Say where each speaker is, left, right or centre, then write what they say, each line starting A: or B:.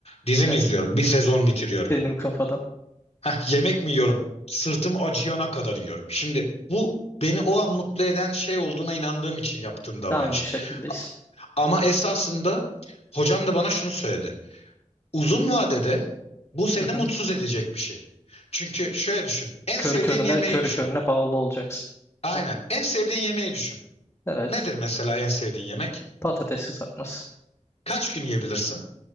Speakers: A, on the left; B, on the left.
A: Dizi
B: Evet,
A: mi izliyorum? Bir sezon bitiriyorum.
B: benim kafadan
A: Heh, yemek mi yiyorum? Sırtım acıyana kadar yiyorum. Şimdi bu beni o an mutlu eden şey olduğuna inandığım için yaptığım davranış.
B: da aynı şekildeyiz.
A: Ama esasında hocam da bana şunu söyledi. Uzun vadede bu seni
B: Hı
A: mutsuz
B: hı.
A: edecek bir şey. Çünkü şöyle düşün. En
B: Körü
A: sevdiğin
B: körüne,
A: yemeği
B: körü
A: düşün.
B: körüne bağlı olacaksın.
A: Aynen.
B: O-
A: En sevdiğin yemeği düşün.
B: Evet.
A: Nedir mesela en sevdiğin yemek?
B: Patates kızartması.
A: Kaç gün yiyebilirsin?